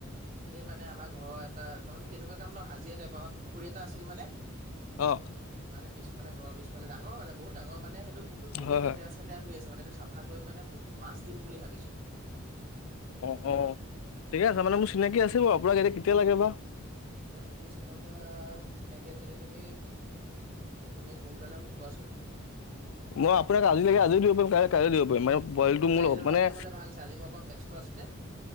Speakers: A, on the right (about 40°); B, on the left (about 70°).
A: এই মানে আমাৰ ঘৰত তা তাৰমানে তেনেকুৱা কাম ন' হাজিৰা টাইপ আৰু পুখুৰী এটা আছিল মানে-মানে
B: অ
A: পিছ এইফালে ঘৰৰ পিছ ইফালে ডাঙৰ মানে বহুত ডাঙৰ মানে সেইটো পুুখুৰী বহুত
B: হয়
A: লেতেৰা-চেতেৰা
B: হয়
A: হৈ আছে মানে সেইটো চাফা কৰি মানে মাছ দিম বুলি ভাব বিছো।
B: অ', অ', ঠিকে আছে মানে মোৰ চিনাকি আছে বাৰু আপোনাক এতিয়া কেতিয়া লাগে বা?
A: এ পুখুৰী চাফা কৰা চিনাকিয়ে যদি তুমি তুমি সোনকালে মোক কোৱাচোন?
B: মই আপোনাক আজি লাগে আজিও দিব পাৰিম কাইলে-কাইলেও দিব পাৰিম মানে বইলটো
A: মোৰ
B: মূল
A: কাইলৈ
B: হক মানে
A: হ'লে ভাল আছে আজি মই অকণ ব্যস্ত আছো যে।